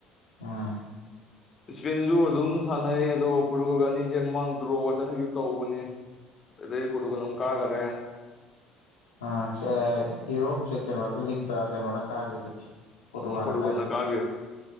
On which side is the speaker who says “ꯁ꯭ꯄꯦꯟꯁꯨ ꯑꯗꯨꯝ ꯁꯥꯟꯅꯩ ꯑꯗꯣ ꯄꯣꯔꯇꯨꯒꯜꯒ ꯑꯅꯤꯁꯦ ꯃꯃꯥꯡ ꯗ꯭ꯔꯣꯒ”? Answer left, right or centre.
Left